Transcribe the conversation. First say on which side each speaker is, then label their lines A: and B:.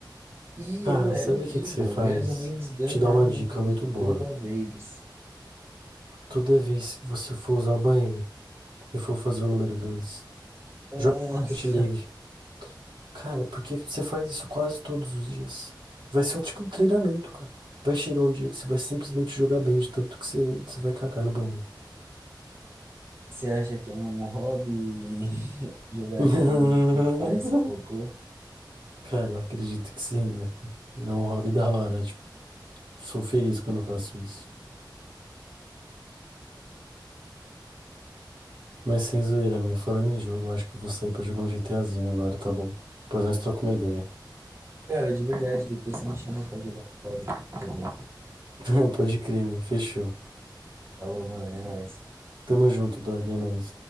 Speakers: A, on the right; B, on the right.
A: e
B: Cara,
A: eu era
B: sabe
A: horrível.
B: o que que você faz?
A: Meus amigos ganhavam
B: Te dá uma dica
A: de
B: muito
A: mim
B: boa.
A: toda vez.
B: Toda vez que você for usar o banheiro e for fazer o número 2,
A: Ah,
B: joga Rocket League. Cara, por que que você faz isso quase todos os dias? Vai ser tipo um treinamento, cara. Vai chegar um dia que você vai simplesmente jogar bem de tanto que você, você vai cagar no banheiro.
A: você acha que é um hobby <laughs> jogar
B: <laughs>
A: joguinho enquanto faz cocô?
B: Cara, eu acredito que sim, né? É um hobby da hora, tipo, sou feliz quando eu faço isso. Mas sem zoeira, man, falando em jogo, eu acho que eu vou sair pra jogar um GTAzinho agora, tá bom? Depois nós trocamos uma ideia.
A: Cara, de verdade, depois você me chama pra jogar hobby também.
B: <laughs> Pode crer, man, fechou.
A: Falou, mano, é nóis.
B: Tamo junto, Dog, é nóis.